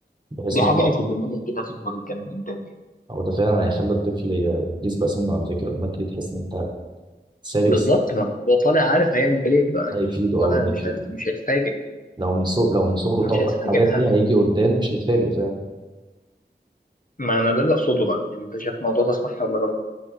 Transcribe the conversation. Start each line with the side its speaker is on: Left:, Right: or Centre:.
Right: بحيث
Left: دي
Right: ان
Left: حاجة أكاديمية كده تظبط الكلام قدامي
Right: هو ده فعلا هيخلي الطفل ي- يسبق سنه على فكره الماده دي تحس ان انت سابق
Left: بالظبط
Right: سنه.
Left: ما هو طالع عارف هيعمل إيه بقى
Right: هيفيده
Left: يعني طالع
Right: او ده
Left: مش
Right: هيفيده
Left: هيت- مش هيتفاجئ
Right: لو من سو... لو من صغره
Left: مش
Right: طبق
Left: هيتفاجئ
Right: الحاجات
Left: بحاجة
Right: دي هيجي قدام مش هيتفاجئ فعلا
Left: ما انا ده اللي اقصده بقى يعني انت شايف الموضوع ده صح ولا غلط